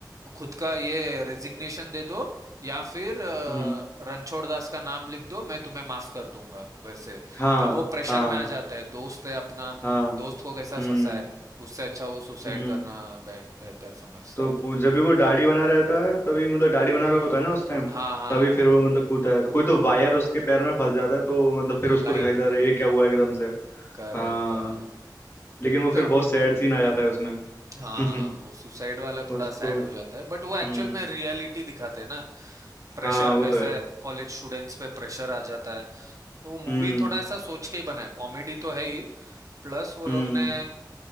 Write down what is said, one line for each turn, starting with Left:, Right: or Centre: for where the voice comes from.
Right: खुद का ये रेजिग्नेशन दे दो या फिर अ,
Left: हम्म
Right: रणछोड़ दास का नाम लिख दो मैं तुम्हें माफ कर दूंगा वैसे
Left: हाँ
Right: तब वो प्रेशर
Left: हाँ
Right: में आ जाता है दोस्त है अपना
Left: हाँ
Right: दोस्त को कैसा
Left: हम्म
Right: फंसा है उससे अच्छा वो सुसाइड
Left: हम्म
Right: करना बे, बेहतर समझता
Left: तो
Right: है
Left: पू- जब भी वो दाढ़ी बना रहता है तभी मतलब दाढ़ी बना रहा होता है ना उस टाइम
Right: हाँ हाँ
Left: तभी फिर वो
Right: तो
Left: मतलब कूदता है तो कोई तो वायर उसके पैर में फंस जाता है तो मतलब फिर उसको
Right: लाइट
Left: दिखाई देता है
Right: भी
Left: "अरे, ये क्या हुआ एकदम से
Right: करेक्ट
Left: हाँ
Right: हाँ
Left: लेकिन
Right: एकदम
Left: वो फिर बहुत सैड सीन आ जाता है उसमें
Right: हाँ
Left: <laughs>
Right: वो सुसाइड वाला थोड़ा
Left: उसको
Right: सैड हो जाता है बट
Left: हम्म
Right: वो एक्चुअल में रियलिटी दिखाते हैं ना प्रेशर
Left: हाँ वो
Right: कैसे
Left: तो है
Right: कॉलेज स्टूडेंट्स पे प्रेशर आ जाता है तो वो मूवी
Left: हम्म
Right: थोड़ा ऐसा सोच के ही बना है कॉमेडी तो है ही प्लस वो
Left: हम्म
Right: लोग ने